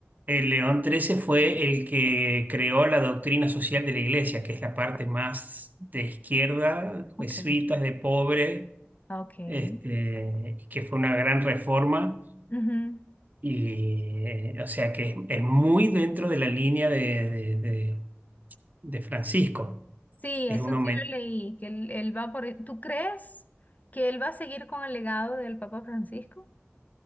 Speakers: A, on the right (about 35°); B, on the left (about 35°).
A: el León XIII fue el que creó la doctrina social de la iglesia, que es la parte más de izquierda,
B: ok,
A: jesuitas, de pobre,
B: ok.
A: este, y que fue una gran reforma.
B: ujú.
A: Y, eh, o sea, que es, es muy dentro de la línea de, de- de- de Francisco.
B: Sí,
A: Es
B: eso
A: uno,
B: sí lo leí, que él, él va por... e, ¿Tú crees que él va a seguir con el legado del Papa Francisco?